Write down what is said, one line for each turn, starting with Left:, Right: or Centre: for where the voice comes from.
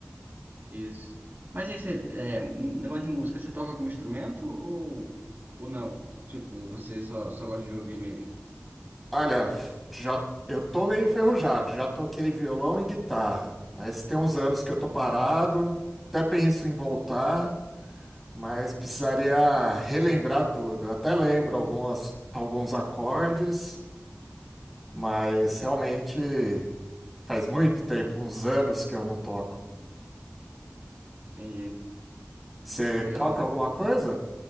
Right: Isso. Mas aí você, é, um negócio de música, você toca algum instrumento ou, ou não? Tipo, você só, só gosta de ouvir mesmo.
Centre: Olha, já, eu tô meio enferrujado, já toquei violão e guitarra, mas tem uns anos que eu tô parado, até penso em voltar, mas precisaria relembrar tudo. Eu até lembro algumas, alguns acordes, mas realmente. Faz muito tempo, uns anos que eu não toco.
Right: Entendi.
Centre: Você
Right: Legal.
Centre: toca alguma coisa?